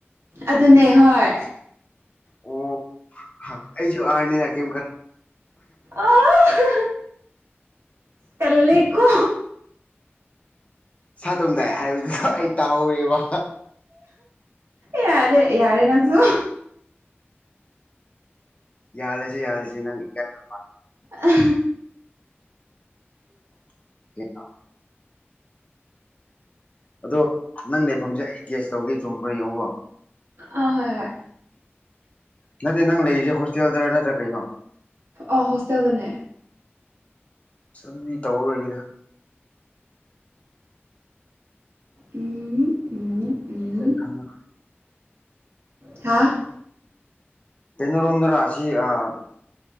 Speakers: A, on the right; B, on the left.
A: ꯑꯗꯨꯅꯦ ꯍꯣꯏ
B: ꯑꯣ ꯑꯩꯁꯨ ꯑꯥꯔꯅꯤꯗ ꯀꯦꯝ ꯈꯟ
A: ꯑꯥ ꯍꯥ ꯍꯥ ꯇꯜꯂꯦ ꯀꯣ
B: ꯁꯥ ꯇꯝꯗꯥꯏ ꯍꯥꯏꯕꯗꯨ ꯑꯩ ꯇꯥꯍꯧꯋꯦꯕ
A: ꯌꯥꯔꯦ ꯌꯥꯔꯦ ꯅꯪꯁꯨ
B: ꯌꯥꯍꯜꯂꯁꯦ ꯌꯥꯍꯜꯂꯁꯤ ꯅꯪ <unintelligible>
A: ꯑꯥ ꯍꯥ
B: <unintelligible> ꯑꯗꯣ ꯅꯪ ꯂꯩꯐꯝꯁꯦ ꯑꯩ ꯒꯦꯁ ꯇꯧꯒꯦ ꯆꯨꯝꯕ꯭ꯔꯥ ꯌꯦꯡꯉꯨꯀꯣ
A: ꯑꯥ ꯍꯣꯏ ꯍꯣꯏ
B: ꯅꯠꯇꯦ ꯅꯪ ꯂꯩꯔꯤꯁꯦ ꯍꯣꯁꯇꯦꯜꯗꯔ ꯅꯠꯇ꯭ꯔꯥ ꯀꯩꯅꯣ
A: ꯑꯥ ꯍꯣꯁꯇꯦꯜꯗꯅꯦ
B: ꯑꯁ ꯑꯗꯨꯗꯤ ꯇꯧꯔꯔꯣꯏꯒꯦꯗ
A: ꯎꯝ ꯎꯝ ꯎꯝ
B: ꯑꯩ ꯈꯪꯉꯦ
A: ꯍꯥꯥ
B: ꯀꯩꯅꯣꯔꯣꯝꯗꯔꯣ ꯑꯁꯤ ꯑꯥ